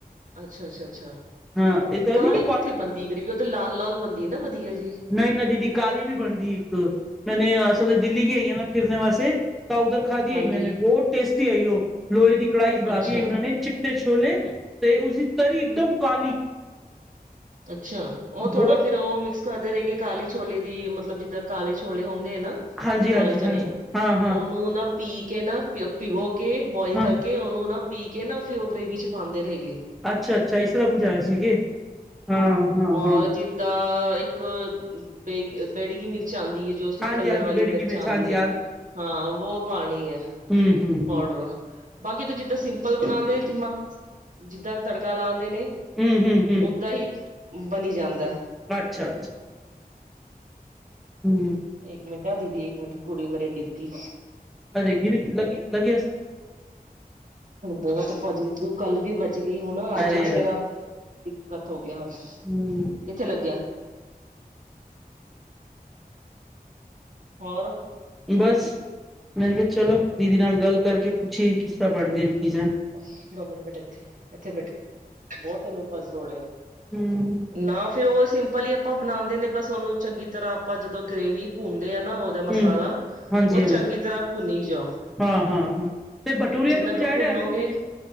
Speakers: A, on the right; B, in the centre.
A: ਅੱਛਾ- ਅੱਛਾ- ਅੱਛਾ।
B: ਹਾਂ ਇਹ ਤਾਂ
A: ਕਾਲੇ
B: ਨੀ ਕਿ ਕੋਟਨ
A: ਕਿੱਥੇ ਬਣਦੀ ਕਰੀਬ ਉਦੇ ਲਾਲ -ਲਾਲ ਬੰਦੀ ਨਾ ਵਧੀਆ ਜੀ।
B: ਨਹੀਂ ਨ ਦੀਦੀ ਕਾਹਲੀ ਵੀ ਬਣਦੀ। ਇੱਕ ਮਹਨੇ ਅਸਲ ਦਿੱਲੀ ਗੀ ਆਈਆਂ। ਫਿਰਨ ਵਾਸੇ ਤਾਂ ਉਧਰ ਖਾ ਦੀਈ
A: ਹਾਂਜੀ
B: ਮੈਂਨੇ ਬਹੁਤ ਟੇਸਟੀ ਆਈ ਉਹ। ਲੋਹੇ ਦੀ ਕੜਾਹੀ ਚ' ਬੜਾ
A: ਅੱਛਾ
B: ਦੀ ਆਈ ਉਹਨਾਂ ਨੇ ਚਿੱਟੇ ਛੋਲੇ ਤੇ ਉਸਦੀ ਤਰੀ ਇਕਦਮ ਕਾਲੀ।
A: ਅੱਛਾ। ਉਹ
B: ਬਹੁਤ
A: ਥੋੜਾ ਫੇਰ ਉਹ ਮਿਕਸ ਕਦੇ ਰਹੇ ਗ ਕਾਲੇ ਛੋਲੇ ਦੀ ਮਤਲਬ, ਜਿੱਦਾਂ ਕਾਲੇ ਛੋਲੇ ਹੁੰਦੇ ਆ ਨਾ।
B: ਹਾਂਜੀ
A: ਕਾਲੇ
B: ਹਾਂਜੀ ਹਾਂਜੀ
A: ਚਣੇ,
B: ਹਾਂ ਹਾਂ
A: ਉਹਨੂੰ ਨਾ। ਪੀ ਕੇ ਨਾ। ਪਿੋ ਕੇ ਬੋਇਲ
B: ਹਾਂ
A: ਕਰਕੇ ਉਹਨੂੰ ਨਾ ਪੀ ਕੇ ਨਾ ਫੇਰ ਉਹ ਗ੍ਰੇਵੀ ਚ' ਪਾਉਂਦੇ ਰਹੇ ਗੇ।
B: ਅੱਛਾ- ਅੱਛਾ ਇਸ ਤਰਾ ਕੁ ਪੀਜੇਏ ਸੀਗੇ। ਹਾਂ- ਹਾਂ-
A: ਔਰ
B: ਹਾਂ।
A: ਜਿੱਦਾਂ ਇੱਕ ਬੇ ਬੇੜਗੀ ਮਿਰਚ ਆਉਂਦੀ ਹੈ ਜੋ
B: ਹਾਂਜੀ
A: ਕਲਰ
B: ਹਾਂਜੀ
A: ਵਾਲੀ
B: ਬੇੜਗੀ
A: ਮਿਰਚ ਆਉਂਦੀ
B: ਹਾਂਜੀ
A: ਹੈ ਹਾਂ ਵੋ ਪਾਣੀ ਹੈ
B: ਹਮ ਹਮ
A: ਪਾਊਡਰ ਬਾਕੀ ਤਾਂ ਜਿੱਦਾਂ ਸਿੰ ਚਪਲ ਬਣਾਉਦੇ ਜਿਮਾ ਜਿੱਦਾਂ ਤੜਕਾ ਲਾਉਦੇ ਨੇ
B: ਹੂੰ ਹੂੰ ਹੂੰ
A: ਓਦਾਂ ਹੀ ਬਣੀ ਜਾਂਦਾ
B: ਅੱਛਾ ਅੱਛਾ ਹਮ
A: ਇੱਕ ਮਿੰਟ ਆ ਦੀਦੀ ਇੱਕ ਮਿੰਟ ਕੁੜੀ ਮੇਰੇ ਡਿੱਗੀ।
B: ਅਰੇ ਗਿਰ ਲ ਲਗਾ।
A: ਬਹੁਤ ਭੱਜੀ ਦੀ। ਕੱਲ ਵੀ ਬਚ ਗਈ ਹੁਣ ਅੱਜ
B: ਅਰੇ
A: ਵੀ
B: ਯਾਰ
A: ਤੇਰਾ ਦਿੱਕਤ ਹੋ ਗਿਆ ਅੱਜ
B: ਹੂੰ
A: ਕਿੱਥੇ ਲੱਗਿਆ ਹੋਰ
B: ਬਸ ਮੈਂ ਕਿਹਾ ਚਲੋ ਦੀਦੀ ਨਾਲ ਗੱਲ ਕਰਕੇ ਪੁੱਛੀਏ ਕਿ ਤਾਂ ਬਣਦੀਆਂ ਚੀਜ਼ਾਂ
A: ਉੱਥੇ ਦੋ ਮਿੰਟ ਬੈਠ ਇਥੇ ਇੱਥੇ ਬੈਠ ਬਹੁਤ ਤੈਨੂੰਸ ਦੌੜ
B: ਹੂੰ।
A: ਨਾ ਫਿਰ ਉਹ ਸਿੰਪਲ ਹੀ ਆਪਾਂ ਬਣਾਉਂਦੇ ਨੇ ਬਸ ਉਹਨੂੰ ਚੰਗੀ ਤਰ੍ਹਾਂ ਆਪਾਂ ਜਦੋਂ ਗ੍ਰਰੇਵੀ ਭੁੰਦੇ ਆ ਨਾ ਦਾ ਮਸਾਲਾ
B: ਹੂੰ ਹਾਂਜੀ
A: ਉਹ ਚੰਗੀ
B: ਹਾਂਜੀ
A: ਤਰ੍ਹਾਂ ਭੁੰਨੀ ਜਾਓ
B: ਹਾਂ ਹਾਂ ਹਾਂ ਤੇ ਬਟੂਰੀਆ
A: ਜਿੰਨਾ
B: ਤੋਂ ਕੁੱਝ
A: ਕੁ
B: ਐਡ
A: ਭੁੰਨੋਗੇ
B: ਆਵੇਗੀ